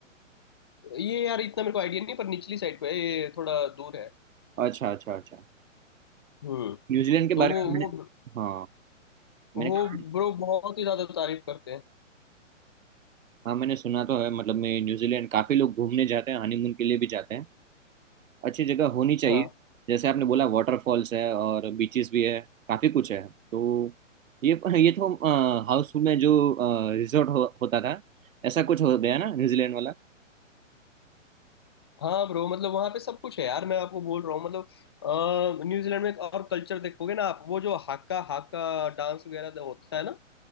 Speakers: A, on the left (about 20°); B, on the right (about 80°).
A: ये यार इतना मेरे को आइडिया नहीं पर निचली साइड पे है ये थोड़ा दूर है
B: अच्छा अच्छा अच्छा
A: हम्म
B: न्यूजीलैंड के
A: तो
B: बारे
A: वो
B: में मैंने
A: वो
B: हाँ मैंने
A: वो
B: कहा
A: ब्रो बहुत ही ज्यादा तारीफ करते हैं
B: हाँ मैंने सुना तो है मतलब मैं न्यूजीलैंड काफी लोग घूमने जाते हैं हनीमून के लिए भी जाते हैं अच्छी जगह होनी चाहिए
A: हाँ
B: जैसे आपने बोला वाटरफॉल्स है और बीचेस भी है काफी कुछ है तो ये ये तो हाउसफुल में जो रिजॉर्ट हो, होता था ऐसा कुछ हो गया ना न्यूजीलैंड वाला
A: हाँ ब्रो मतलब वहाँ पे सब कुछ है यार मैं आपको बोल रहा हूँ मतलब अ, न्यूजीलैंड में एक और कल्चर देखोगे ना आप वो जो हाक्का हाक्का डांस वगैरह जो होता है ना